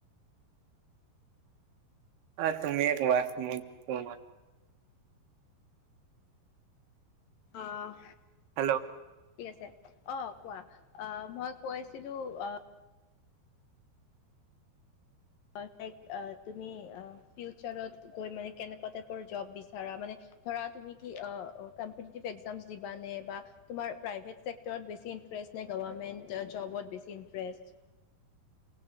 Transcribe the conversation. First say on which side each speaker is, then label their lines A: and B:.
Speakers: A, on the right (about 75°); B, on the left (about 65°).
A: অ, তুমিয়ে কোৱা মই শুনো ময়
B: অহ
A: হেল্ল'
B: ঠিক আছে অ কোৱা। অ মই কৈছিলোঁ অহ হয় তাইক তুমি ফিউচাৰত গৈ মানে কেনেকুৱা টাইপৰ জব বিচাৰা মানে ধৰা তুমি কি কম্পিটিটিভ এক্সামছ দিবানে বা তোমাৰ প্ৰাইভেট চেক্টৰত বেছি ইণ্টাৰেষ্ট নে গভমেণ্ট জবত বেছি ইণ্টাৰেষ্ট।